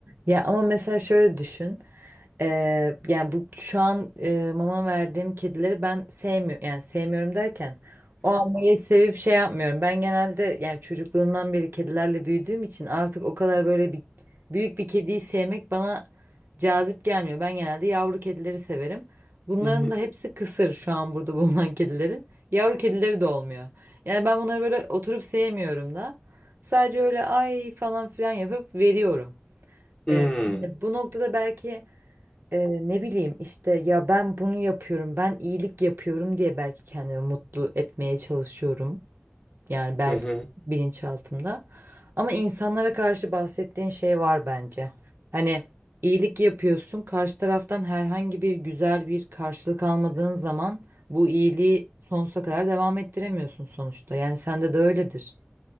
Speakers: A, on the right (about 55°); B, on the left (about 20°).
A: Ya ama mesela şöyle düşün. Ee, yani bu şu an e, mama verdiğim kedileri ben sevmiyorum yani sevmiyorum derken o amayı sevip şey yapmıyorum. Ben genelde yani çocukluğumdan beri kedilerle büyüdüğüm için artık o kadar böyle bir büyük bir kediyi sevmek bana cazip gelmiyor. Ben genelde yavru kedileri severim. Bunların
B: Hı hı.
A: da hepsi kısır şu an burada <laughs> bulunan kedilerin. Yavru kedileri de olmuyor. Yani ben bunları böyle oturup sevmiyorum da. Sadece öyle ay falan filan yapıp veriyorum.
B: Hmm.
A: Ee, hani bu noktada belki e, ne bileyim işte ya ben bunu yapıyorum, ben iyilik yapıyorum diye belki kendimi mutlu etmeye çalışıyorum. Yani belki
B: Hı hı.
A: bilinçaltımda. Ama insanlara karşı bahsettiğin şey var bence. Hani iyilik yapıyorsun, karşı taraftan herhangi bir güzel bir karşılık almadığın zaman bu iyiliği sonsuza kadar devam ettiremiyorsun sonuçta. Yani sende de öyledir.